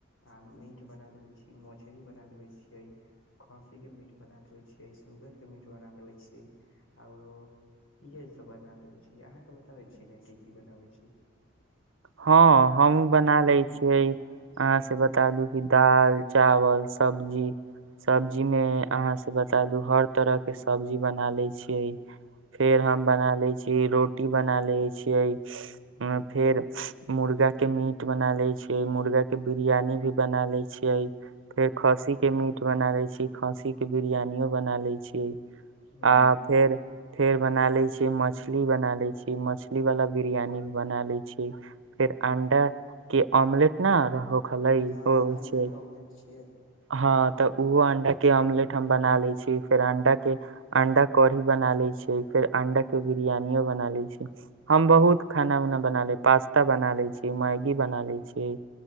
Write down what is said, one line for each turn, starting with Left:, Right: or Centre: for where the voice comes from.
Left: आ मीट मीट बना लेेबै छी, मछरी बना लेबे छियै, खंस्सी के मीट बना लेबे छियै, सुूगर के मीट बना लेबे छियै आउरो इहे सब बना लेबै छी अहाँ के बताबे छी ने की की बनाबे छी।
Right: हँ हमू बना ले छियै आंस बता दू कि दाल, चावल सब्जी सब्जीमे अहाँ से बता दू हर तरहके सब्जी बना लै छियै फेर हम बना लै छियै रोटी बना लै छियै अं
Left: ह
Right: फेर मुर्गा के मीट बना ले छीयै मुर्गा के बिरियानी भी बना ले छै यई फेर खस्सी के मीट बना लै खस्सी के बिरियानियो बना लै छीयै।
Left: ह
Right: आ फेर फेर बना लै छीयै मछली बना लै छी मछलीवला बिरियानी भी बना लै छीयै फेर अंडा के ओमलेट न रहउ खलइ
Left: हँ
Right: हो
Left: हँ अंडा
Right: छै
Left: के ऑमलेट छियै
Right: हँ तऽ ऊ अंडा के ऑमलेट हम बना लै छी फेर अंडा के अंडा कढ़ी बना लै छीयै फेर अंडा के बिरयानियो बना लै छी हम बहुत खाना ऊना बना ले पास्ता पास्ता बना ले छी मैगी बना लै छीय